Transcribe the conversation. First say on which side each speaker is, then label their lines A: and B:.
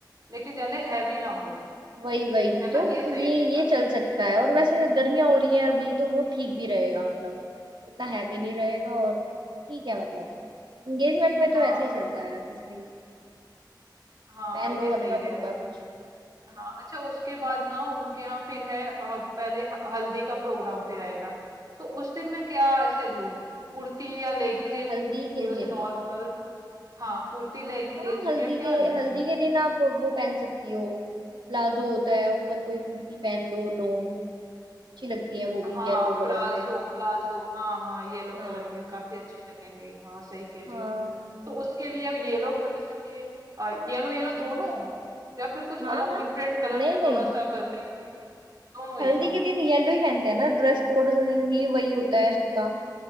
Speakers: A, on the right; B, on the right.
A: लेकिन ज्यादा हैवी ना हो
B: वही वही
A: है ना
B: तो
A: ये सही
B: ये
A: रहेगा
B: ये चल सकता है और वैसे गर्मियां हो रही हैं अभी तो वो ठीक भी रहेगा मतलब इतना हैवी नहीं रहेगा और ठीक है मतलब एंगेजमेंट में तो
A: हाँ
B: ऐसे ही चलता है कुछ भी
A: हाँ
B: पहन
A: ये
B: लो
A: सही
B: हल्का
A: रहेगा
B: फुल्का कुछ
A: हाँ अच्छा उसके बाद ना उनके यहाँ फिर है अ, पहले ह- हल्दी का प्रोग्राम फिर आएगा तो उस दिन मैं क्या ऐसे लूं कुर्ती या लेगी
B: अच्छा
A: ले लूं
B: हल्दी
A: कोई
B: के
A: ऐसे
B: दिन
A: नॉर्मल हाँ कुर्ती लेगी ले
B: हाँ
A: लूं
B: हल्दी
A: या
B: के
A: क्या लूं उसमें
B: हल्दी के दिन आप वो पहन सकती हो प्लाजो होता है ऊपर कोई कुर्ती पहन लो लॉन्ग अच्छी लगती है वो भी
A: हाँ
B: येलो कलर
A: प्लाजो
B: में
A: प्लाजो हाँ हाँ येलो
B: हाँ
A: कलर में काफी अच्छी लगेंगी हाँ सही कह रही
B: हाँ
A: हो तो उसके लिए येलो जैसे कि येलो येलो दोनों या फिर कुछ
B: हाँ
A: अलग
B: हाँ
A: डिफरेंट कलर
B: नहीं
A: भी
B: नहीं
A: थोड़ा सा कर ले दोनों येलो
B: हल्दी के दिन येलो ही पहनते हैं ना ड्रेस कोड ही वही होता है सबका